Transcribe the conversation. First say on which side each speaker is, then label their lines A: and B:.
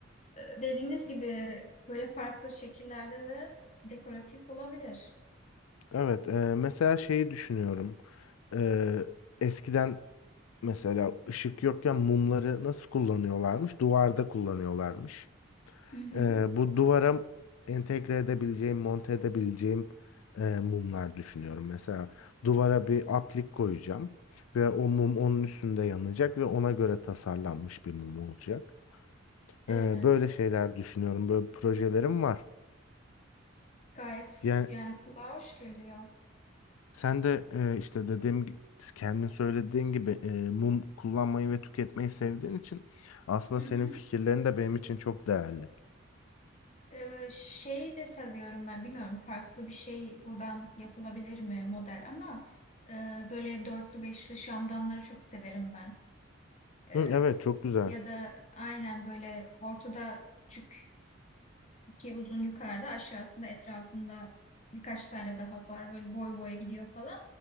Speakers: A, on the left; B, on the left.
A: Ee, dediğiniz gibi böyle farklı şekillerde de dekoratif olabilir.
B: evet eee, mesela şeyi düşünüyorum. Eee eskiden Mesela ışık yokken mumları nasıl kullanıyorlarmış? Duvarda kullanıyorlarmış.
A: Hı hı.
B: Ee, bu duvara entegre edebileceğim, monte edebileceğim e, mumlar düşünüyorum. Mesela duvara bir aplik koyacağım ve o mum onun üstünde yanacak ve ona göre tasarlanmış bir mum olacak.
A: Evet.
B: Ee, böyle şeyler düşünüyorum. Böyle projelerim var.
A: Gayet
B: Yani
A: yani kulağa hoş geliyor.
B: Sen de e, işte dediğim kendin söylediğin gibi e, mum kullanmayı ve tüketmeyi sevdiğin için aslında
A: Hı hı.
B: senin fikirlerin de benim için çok değerli.
A: Ee, şeyi de seviyorum ben. Bilmiyorum farklı bir şey buradan yapılabilir mi model ama e, böyle dörtlü beşli şamdanları çok severim ben. Ee,
B: Hı, evet çok güzel.
A: ya da aynen böyle ortada küçük iki uzun yukarıda aşağısında etrafında birkaç tane daha var. Böyle boy boya gidiyor falan.